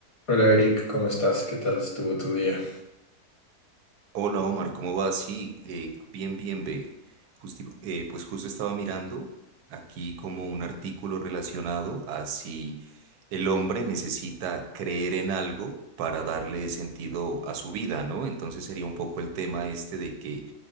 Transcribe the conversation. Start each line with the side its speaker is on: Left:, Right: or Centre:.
Left: Hola Eric, ¿cómo estás? ¿Qué tal estuvo tu día?
Right: Hola Omar, ¿cómo vas? Sí, eh, bien, bien, ve. Justi- eh, pues justo estaba mirando aquí como un artículo relacionado a si el hombre necesita creer en algo para darle sentido a su vida, ¿no? Entonces sería un poco el tema este de que